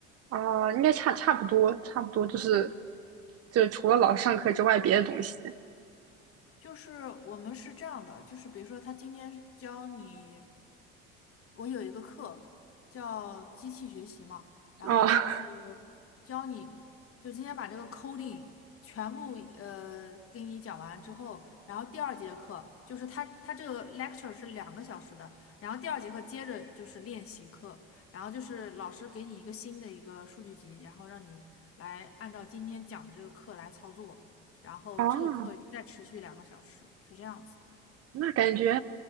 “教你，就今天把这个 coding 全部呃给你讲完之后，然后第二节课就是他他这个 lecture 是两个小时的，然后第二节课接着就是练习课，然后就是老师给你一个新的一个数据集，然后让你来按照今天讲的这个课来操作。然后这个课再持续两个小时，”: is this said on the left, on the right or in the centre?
Left